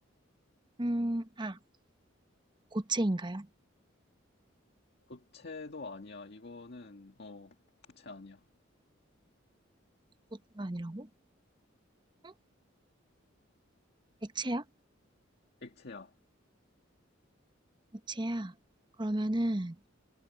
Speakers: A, on the right; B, on the left.
A: 음, 아, 고체인가요?
B: 고체도 아니야. 이거는, 어, 고체 아니야.
A: 고체가 아니라고? 응? 액체야?
B: 액체야.
A: 액치야 그러면은